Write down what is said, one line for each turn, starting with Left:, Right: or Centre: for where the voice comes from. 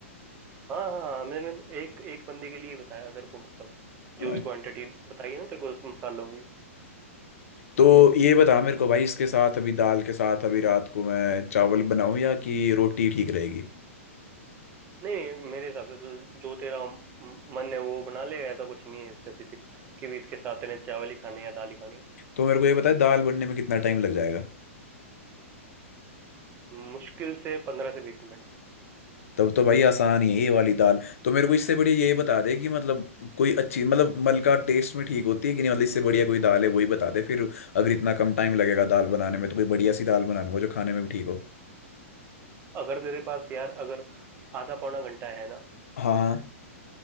Right: हाँ हाँ हाँ, मैंने एक एक बंदे के लिए बताया तेरे को मतलब
Left: अ,
Right: जो भी क्वांटिटी बताई है ना तेरे को उस मसालों की
Left: तो ये बता मेरे को भाई इसके साथ अभी दाल के साथ अभी रात को मैं चावल बनाऊं या कि रोटी ठीक रहेगी
Right: नहीं नहीं मेरे हिसाब से तो जो तेरा म- मन है वो बना ले ऐसा कुछ नहीं है स्पेसिफिक कि भी इसके साथ तेरे चावल ही खाने हैं या दाल ही खानी है
Left: तो मेरे को ये बता दाल बनने में कितना टाइम लग जाएगा
Right: मुश्किल से पंद्रह से बीस मिनट
Left: तब तो भाई आसान ही है ये वाली दाल तो मेरे को इससे बढ़िया यही बता दे कि मतलब कोई अच्छी मतलब मलका टेस्ट में ठीक होती है कि नहीं मतलब इससे बढ़िया कोई दाल है वही बता दे फिर अगर इतना कम टाइम लगेगा दाल बनाने में तो कोई बढ़िया सी दाल बना लूंगा जो खाने में भी ठीक हो
Right: अगर तेरे पास यार अगर आधा पौना घंटा है ना
Left: हाँ हाँ